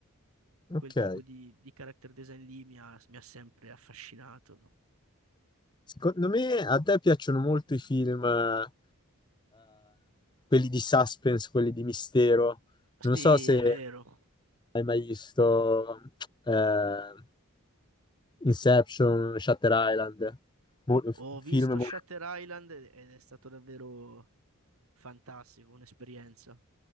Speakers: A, on the left; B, on the right.
A: ok.
B: quel tipo di, di character design lì mi ha, mi ha sempre affascinato.
A: Secondo me a te piacciono molto i film, eh, quelli di suspense, quelli di mistero.
B: Sì,
A: Non so se
B: è vero.
A: hai mai visto eh, Inception, Shutter Island, Mo-
B: Ho visto
A: film molto
B: Shutter Island ed ed è stato davvero fantastico, un'esperienza.